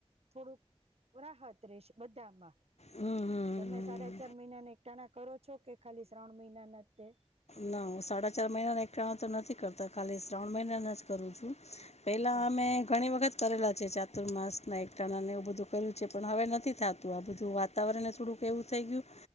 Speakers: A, on the right; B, on the left.
A: થોડુંક રાહત રહેશે બધામાં.
B: હમ હમ હમ
A: તમે સાડા
B: હમ.
A: ચાર મહિનાના એક ટાણા કરો છો કે ખાલી શ્રાવણ મહિનાના જ તે?
B: ના હું સાડા ચાર મહિનાના એકઠાણા તો નથી કરતા ખાલી શ્રાવણ મહિનાના જ કરું છું. પેહલા
A: અચ્છા
B: અમે ઘણી વખત કરેલા છે. ચાતુર માસના એકઠાણા ને એવું બધું કર્યું છે પણ હવે નથી થાતું આ બધું વાતાવરણને થોડુંક એવું થઈ ગયું